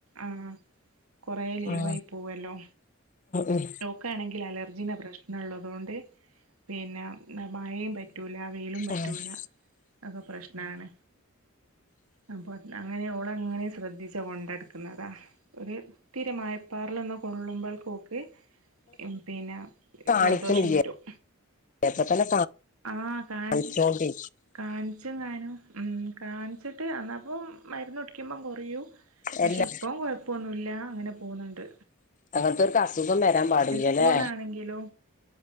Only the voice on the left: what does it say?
ഉം
ഉം
ഉം ഉം
കാണിക്കണില്ലേ
അപ്പൊ തന്നെ
കാണിച്ചോണ്ടി
എല്ലാ
അങ്ങനത്തെ ഒരു അസുഖം വരാൻ പാടില്ലല്ലേ